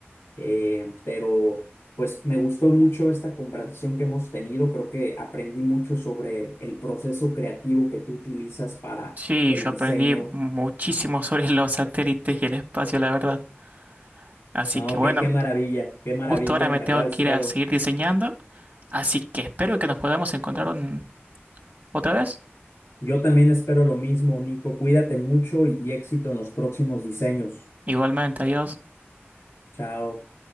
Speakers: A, on the left; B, on the right.
A: Eh, pero pues me gustó mucho esta conversación que hemos tenido. Creo que aprendí mucho sobre el proceso creativo que tú utilizas para
B: Sí,
A: el
B: yo
A: diseño.
B: aprendí muchísimo sobre los satélites y el espacio, la verdad. Así
A: No,
B: que bueno,
A: qué, qué maravilla, qué maravilla,
B: justo ahora
A: en
B: me
A: verdad
B: tengo
A: espero.
B: que ir a seguir diseñando, así que espero que nos podamos encontrar un- otra vez.
A: Yo también espero lo mismo, Nico. Cuídate mucho y y éxito en los próximos diseños.
B: Igualmente, adiós.
A: Chao.